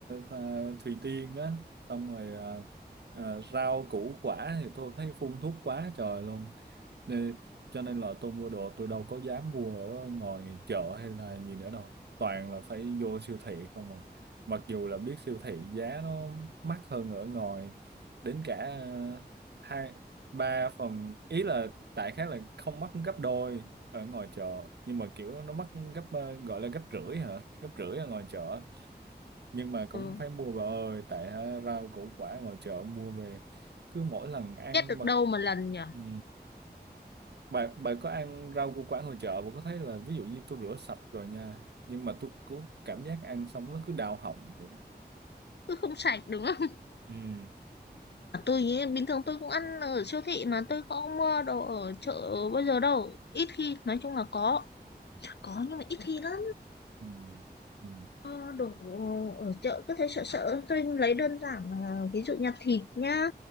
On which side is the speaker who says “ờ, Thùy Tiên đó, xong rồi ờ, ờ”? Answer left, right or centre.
Right